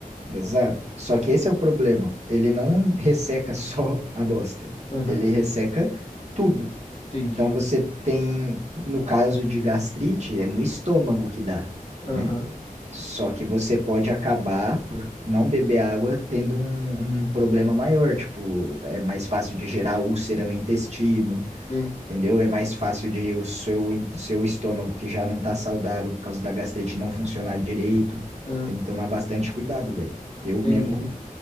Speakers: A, on the right; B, on the left.
A: Exato. Só que esse é o problema. Ele não resseca <laughs> só a bosta.
B: <laughs> Aham,
A: Ele resseca tudo.
B: entendi.
A: Então você tem, no caso de gastrite, é no estômago que dá,
B: Aham,
A: né? Só que você pode acabar por não beber água tendo um, um problema maior, tipo, é mais fácil de gerar úlcera no intestino,
B: sim.
A: entendeu? É mais fácil de o seu, in- seu estômago, que já não tá saudável por causa da gastrite, não funcionar direito.
B: Ah,
A: Tem que tomar bastante cuidado, velho. Eu
B: entendi.
A: mesmo